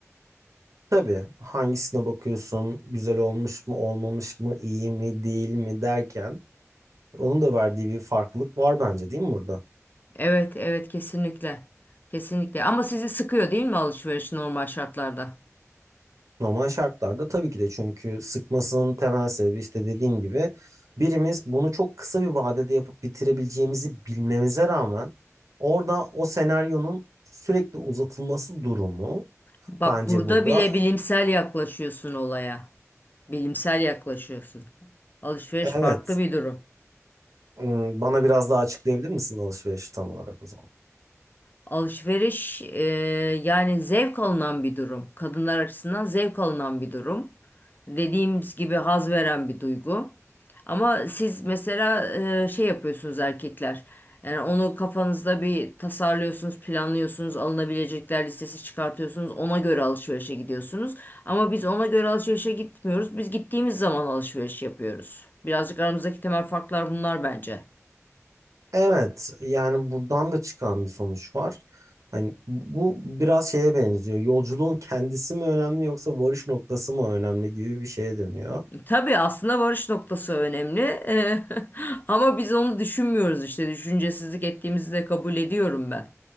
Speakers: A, on the right; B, on the left.
A: Tabii hangisine bakıyorsun, güzel olmuş mu, olmamış mı, iyi mi, değil mi derken onun da verdiği bir farklılık var bence değil mi burada?
B: Evet, evet kesinlikle. Kesinlikle. Ama sizi sıkıyor değil mi alışveriş normal şartlarda?
A: Normal şartlarda tabii ki de çünkü sıkmasının temel sebebi işte dediğim gibi birimiz bunu çok kısa bir vadede yapıp bitirebileceğimizi bilmemize rağmen orada o senaryonun sürekli uzatılması durumu
B: Bak
A: bence
B: burada
A: burada
B: bile bilimsel yaklaşıyorsun olaya. Bilimsel yaklaşıyorsun. Alışveriş
A: evet
B: farklı bir durum.
A: hmm, bana biraz daha açıklayabilir misin alışverişi tam olarak o zaman?
B: Alışveriş e, yani zevk alınan bir durum. Kadınlar açısından zevk alınan bir durum. Dediğimiz gibi haz veren bir duygu. Ama siz mesela e, şey yapıyorsunuz erkekler. Yani onu kafanızda bir tasarlıyorsunuz, planlıyorsunuz, alınabilecekler listesi çıkartıyorsunuz. Ona göre alışverişe gidiyorsunuz. Ama biz ona göre alışverişe gitmiyoruz. Biz gittiğimiz zaman alışveriş yapıyoruz. Birazcık aramızdaki temel farklar bunlar bence.
A: Evet yani buradan da çıkan bir sonuç var. Hani bu biraz şeye benziyor. Yolculuğun kendisi mi önemli yoksa varış noktası mı önemli gibi bir şeye dönüyor.
B: Tabii aslında varış noktası önemli. Eee, <laughs> ama biz onu düşünmüyoruz işte. Düşüncesizlik ettiğimizi de kabul ediyorum ben.